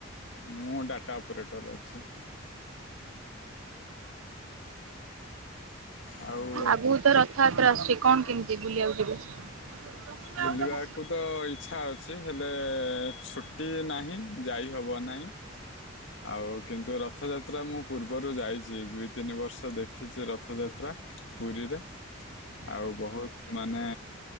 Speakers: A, on the left; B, on the right.
A: ମୁଁ ଡାଟା ଅପରେଟର ଅଛି। ଆଉ
B: ଅଗୁକୁ ତ ର ଥ ଯାତ୍ରା ଆସୁଚି କଣ କେମିତି ବୁଲିଆକୁ ଯିବେ? ହୁଁ।
A: ବୁଲିବାକୁ ତ ଇଚ୍ଛା ଅଛି ହେଲେ ଛୁଟି ନାହିଁ ଯାଇ ହବ ନାଇଁ ଆଉ କିନ୍ତୁ ରଥଯାତ୍ରା ମୁଁ ପୂର୍ବରୁ ଯାଇଚି। ଦିଇ, ତିନି ବର୍ଷ ଦେଖିଛି ରଥଯାତ୍ରା। ପୁରୀରେ ଆଉ ବହୁତ ମାନେ